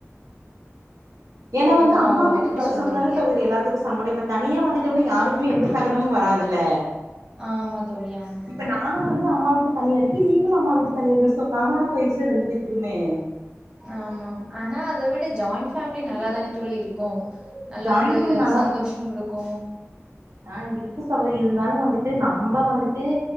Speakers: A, on the right; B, on the right.
A: எனா
B: ஓ
A: வந்து
B: ஓ
A: அம்மா
B: ஓ
A: வீட்டுக்கு
B: அப்படி
A: வர
B: சொல்றீங்க
A: சொன்னாதானே சகோதரி எல்லாத் த்துக்கு சங்கடம் இப்ப தனியா வந்துட்டம்னா யாருக்குமே எந்த சங்கடமு வராதுல்ல
B: ஆமா தோழி ஆமா
A: இப்ப
B: ஆமா
A: நானு வந்து அம்மா விட்டு தனியா இருக்க நீங்களு அம்மா விட்டு தனியா இருங்க சோ காமனா போயிருச்சு ரெண்டு பேத்துக்குமே
B: ஆமாம் ஆனா அத விட ஜாயிண்ட் ஃபேம்லி நல்லாதான தோழி இருக்கு நல்ல
A: ஜாயின்
B: ஒரு
A: ஃபேமிலி நல்லா
B: சந்தோஷோ
A: இருக்கு
B: குடுக்கு
A: ஆ இருக்கு சகோதரி இருந்தாலு வந்துட்டு நம்ப வந்துட்டு